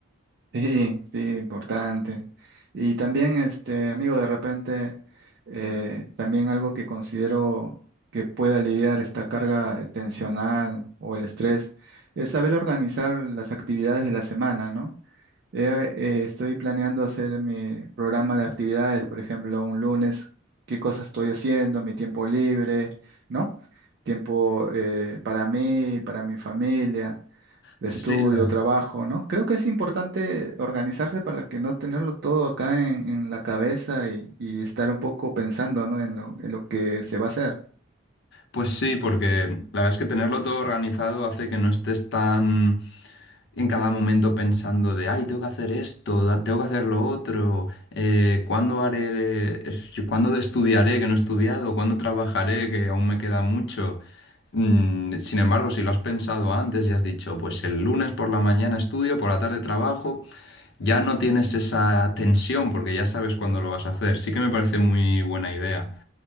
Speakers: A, on the right; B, on the left.
A: Sí, sí, importante. Y también, este, amigo, de repente, eh, también algo que considero que puede aliviar esta carga eh, tensional o el estrés es saber organizar las actividades de la semana, ¿no? Eh, eh, estoy planeando hacer mi programa de actividades, por ejemplo, un lunes, qué cosas estoy haciendo, mi tiempo libre, ¿no? Tiempo eh, para mí, para mi familia de
B: Sí,
A: estudio,
B: la-
A: trabajo, ¿no? Creo que es importante organizarse para que no tenerlo todo acá en, en la cabeza y, y estar un poco pensando, ¿no? En lo, en lo que se va a hacer.
B: pues sí, porque la verdad es que tenerlo todo organizado hace que no estés tan en cada momento pensando de, ay, tengo que hacer esto, da- tengo que hacer lo otro, eh, ¿cuándo haré, es- yo- cuándo estudiaré que no he estudiado, cuándo trabajaré que aún me queda mucho? Mm, sin embargo, si lo has pensado antes y has dicho, pues el lunes por la mañana estudio, por la tarde trabajo, ya no tienes esa tensión porque ya sabes cuándo lo vas a hacer. Sí que me parece muy buena idea.